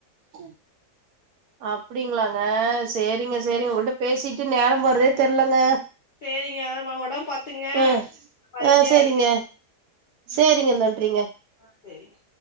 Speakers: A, on the right (about 70°); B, on the left (about 80°).
A: ம் அப்டிங்களாங்க சேரிங்க சேரிங்க உங்கள்ட்ட பேசிட்டு நேரம் போனதே தெர்லங்க
B: சேரிங்க அதா ஒடம்ப பாத்துக்ங்க
A: ஆ
B: அ
A: ஆ
B: எப்டியே
A: சேரிங்க
B: அடிக்கிற
A: சேரிங்க நன்றிங்க
B: ஆ சேரிங்க